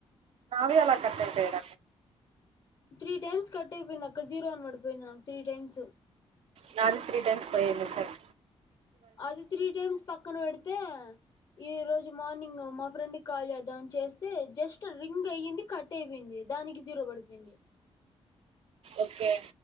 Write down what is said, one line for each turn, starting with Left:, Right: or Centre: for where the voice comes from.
Right: నే ఎలాగ కతాయితేద
Left: త్రీ టైమ్స్ కట్ అయిపోయింది అక్క జీరో అని పడిపోయింది నాకు త్రీ టైమ్స్
Right: నాలు త్రీ టైమ్స్ పోయిన్నా సార్
Left: అది త్రీ టైమ్స్ పక్కన పెడితే ఈ రోజు మార్నింగ్ మా ఫ్రెండ్ కాల్ చేద్దా అని చేస్తే జస్ట్ రింగ్ అయ్యంది కట్ అయిపోయింది దానికి జీరో పడిపోయింది
Right: ఓకే